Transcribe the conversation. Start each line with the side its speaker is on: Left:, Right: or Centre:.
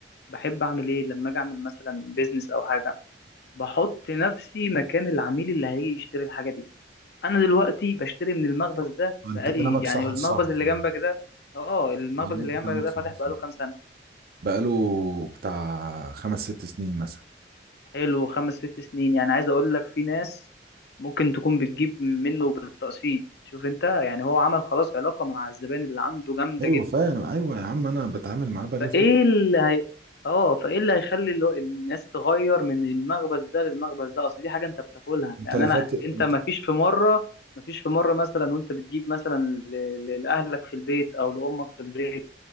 Left: بحب اعمل ايه لما اجي اعمل مثلا بيزنس او حاجه بحط نفسي مكان العميل اللي هيجي يشتري الحاجه دي انا دلوقتي بشتري من المخبز ده
Right: انت
Left: بقالي
Right: كلامك
Left: يعني
Right: صح
Left: المخبز
Right: الصح خلاني
Left: اللي جنبك ده اه المخبز
Right: والله
Left: اللي
Right: انت
Left: جنبك
Right: كلامك
Left: ده
Right: صح
Left: فاتح
Right: الصح
Left: بقاله كام سنه
Right: بقاله بتاع خمس ست سنين مثلا
Left: حلو خمس ست سنين يعني عايز اقول لك في ناس ممكن تكون بتجيب منه بالتقسيط شوف انت يعني هو عمل خلاص علاقه مع الزبائن اللي عنده جامده
Right: ايوه
Left: جدا
Right: فاهم ايوه يا عم انا بتعامل معاه بقالي
Left: فايه
Right: فترة
Left: اللي هي اه فايه اللي هيخلي الو- الناس تغير من المخبز ده للمخبز ده اصل دي حاجه انت بتاكلها
Right: انت
Left: يعني
Right: لفت
Left: انا انت
Right: انت
Left: ما فيش في مره ما فيش في مره مثلا وانت بتجيب مثلا ل- لاهلك في البيت او لامك في البيت